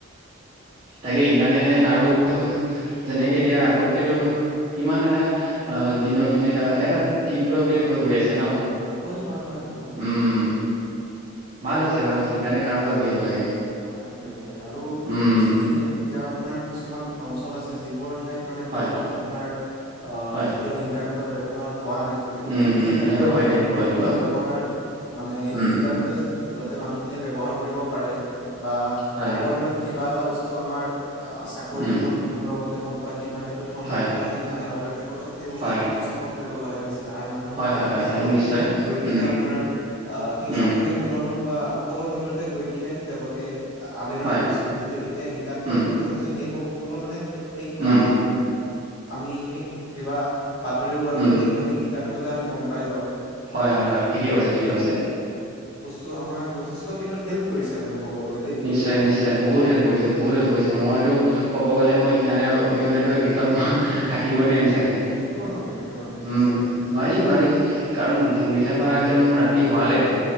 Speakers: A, on the right (about 35°); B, on the left (about 85°).
A: তাকে ইণ্টাৰনেট আৰু, যেনেকে এতিয়া আগতকেতো কিমান এটা দিনক দিন এটা এটা তীব্ৰ বেগ হৈ গৈ আছে ন।
B: হয়, হয়, হয়, বহুত
A: উম ভাল আছে, ভাল আছে, ইণ্টাৰনেট আৰু
B: ভাল
A: আগবাঢ়িব লাগে।
B: আশা কৰিব লাগে আৰু
A: উম
B: যিখিনি এতিয়া আপোনাৰ কিছুমান অঞ্চল আছে যিবোৰ ঠাইত মানে ধৰি
A: হয়
B: লওক আপোনাৰ অঁ
A: হয়
B: এতিয়াও ইণ্টাৰনেট ব্যৱহাৰ হোৱা নাই গতিকে
A: উম
B: সেইখিনি
A: উম
B: ঠাইতো
A: সেইটো
B: আপোনাৰ
A: হয় দেই ক'ব
B: ইণ্টাৰনেটৰ
A: লাগিব
B: ব্যৱহাৰ মানে
A: উম
B: ইণ্টাৰনেটৰ মানুহখিনিয়ে ব্যৱহাৰ কৰিব পাৰে। বা
A: হয়
B: আগৰ দিনত কিবা এটা বস্তু টো আমাৰ অঁ চাকৰি
A: উম
B: সন্দৰ্ভতে হওক বা কিবা ক্ষেত্ৰত সন্দৰ্ভত
A: হয়
B: এ হওঁক আমি-আমি বাতৰি কাকতত সেই বস্তুটো
A: হয়
B: উপস্থাপন কৰিব লগা হয়। আৰু মানুহে
A: হয়
B: সেইটো
A: হয় হয়
B: হিচাপত
A: নিশ্চয়
B: গৈ কিনে
A: উম
B: আপোনাৰ আ সেই
A: উম
B: চাকৰি সন্দৰ্ভত সকলো ক্ষেত্ৰতে গৈ কিনে তেওঁলোকে আবেদন
A: হয়
B: কৰিছিল, কিন্তু এতিয়া ইন্টাৰনেটৰ
A: উম
B: মাধ্যমত যেন এইবোৰ মানে এক
A: উম
B: আ আমি সেই কিবা বাতৰি ওলালেও
A: উম
B: যেন আমি ইন্টাৰনেটতে আমি গম পাই যাও।
A: হয় হয়- হয়, ঠিকে কৈছে- ঠিকে কৈছে।
B: টো আমাক যথেষ্ট ক্ষেত্ৰত হেল্প কৰিছে মানে। ক'ব গ'লে দেই
A: নিশ্চয়-নিশ্চয় বহুত হেল্প কৰিছে- বহুত হেল্প কৰিছে, মইতো ক'ব গ'লে মই ইণ্টাৰনেট অবিহনে একদম থাক বই নোৱাৰিম চাগে,
B: থাকিব নোৱাৰি থাকিব নোৱাৰি সঁচাকৈ
A: উম নোৱাৰি- নোৱাৰি কাৰণ
B: এইটো
A: শুই উঠাৰ পৰা একদম ৰাতি সুৱা লেকে